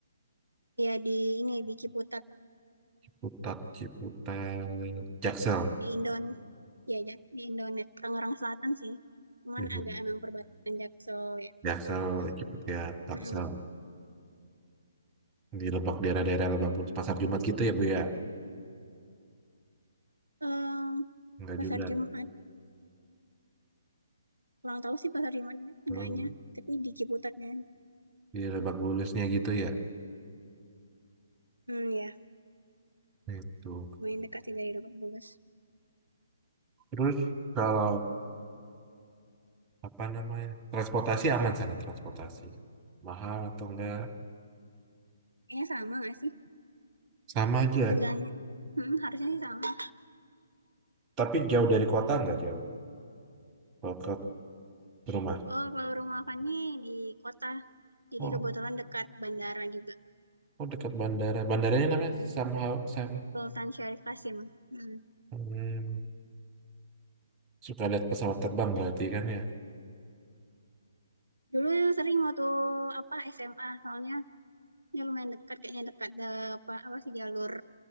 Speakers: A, on the right; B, on the right.
A: Ya di ini di Ciputat
B: Ciputat Ciputat Jaksel
A: di Indon, ya ya di Indonet Tangerang Selatan sih. Cuman
B: gitu.
A: agak emang perbatasan Jaksel ya.
B: Jaksel
A: Ya.
B: Ciputat ya, taksel
A: Mm-mm.
B: di Lebak daerah-daerah Lebak Bulus Pasar Jumat gitu ya Bu ya
A: Em,
B: enggak
A: pasar
B: juga
A: Jumat. Kurang tahu sih pasar Jumat
B: oh,
A: enggaknya. Tapi di Ciputatnya.
B: di Lebak Bulusnya gitu ya
A: Hmm, ya.
B: itu
A: Main dekat sih dari Lebak Bulus.
B: terus kalau apa namanya transportasi aman sana transportasi mahal atau enggak
A: Kayaknya sama nggak sih?
B: sama aja
A: Tergantung. Mm, harusnya sih sama.
B: tapi jauh dari kota enggak jauh kalau ke rumah
A: Oh, kalau rumah Fani di kota. Jadi
B: oh,
A: kebetulan dekat bandara juga.
B: oh dekat bandara bandaranya namanya somehow Sam
A: Sultan Syarif Kasim. Mm.
B: hmm, suka lihat pesawat terbang berarti kan ya
A: Dulu sering waktu apa SMA. Soalnya ya lumayan dekat. Kayaknya dekat ada apa, apa sih jalur